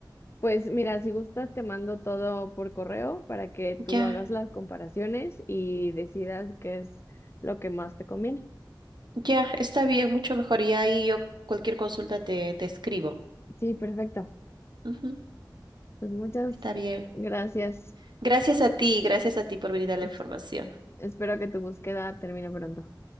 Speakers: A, on the left (about 35°); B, on the right (about 70°).
A: Pues mira, si gustas, te mando todo por correo para que tú
B: Ya,
A: hagas las comparaciones y decidas qué es lo que más te conviene.
B: ya, está bien, mucho mejor. Y ahí yo cualquier consulta te, te escribo.
A: Sí, perfecto.
B: Ujú,
A: Pues muchas
B: está bien.
A: gracias.
B: Gracias a ti, gracias a ti por brindar
A: Es-
B: la información.
A: espero que tu búsqueda termine pronto.